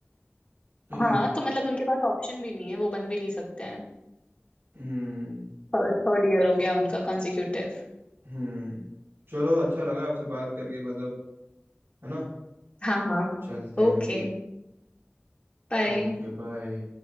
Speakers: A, on the right (about 85°); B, on the left (about 30°).
A: चलो
B: हाँ तो मतलब उनके पास ऑप्शन भी नहीं है वो बन भी नहीं सकते हैं
A: हम्म
B: थर्ड ईयर हो गया उनका कंजिक्यूटिव
A: हम्म चलो अच्छा लगा आपसे बात करके मतलब है ना
B: हाँ हाँ
A: चलते
B: Okay
A: हैं अभी
B: bye
A: Okay bye